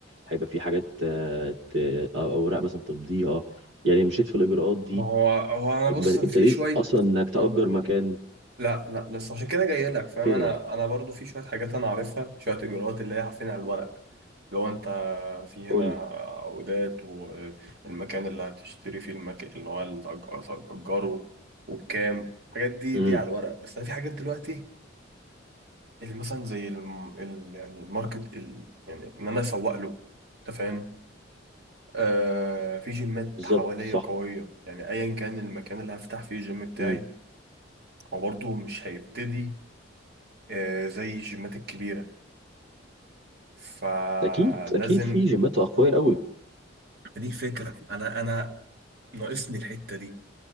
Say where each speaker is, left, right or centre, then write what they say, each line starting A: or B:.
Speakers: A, on the right; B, on the right.
A: هيبقى في حاجات آه، ت- آه، اوراق مثلا تمضيها يعني مشيت في الاجراءات دي
B: ما هو هو انا
A: اب-
B: بص
A: ابتديت
B: أنا في شويه
A: اصلا انك تأجر
B: اه
A: مكان
B: لا لا لسه عشان كده جاي لك فاهم
A: كده
B: انا
A: يعني
B: انا برضو في شويه حاجات انا عارفها شويه اجراءات اللي هي عارفين على الورق لو انت في
A: قول
B: هنا
A: لي
B: عقودات والمكان اللي هتشتري فيه المكان اللي هو اللي هتأج- هتأجره وبكام الحاجات دي
A: امم
B: دي على الورق بس انا في حاجات دلوقتي اللي مثلا زي الم... ال... يعني الماركت ال... يعني ان انا اسوق له انت فاهم آه في جيمات
A: بالظبط
B: حواليا
A: صح
B: قويه يعني ايا كان المكان اللي هفتح فيه الجيم بتاعي
A: امم
B: هو برضه مش هيبتدي آه، زي الجيمات الكبيرة فلازم
A: اكيد اكيد في جيمات اقوياء قوي
B: دي فكرة أنا أنا ناقصني الحتة دي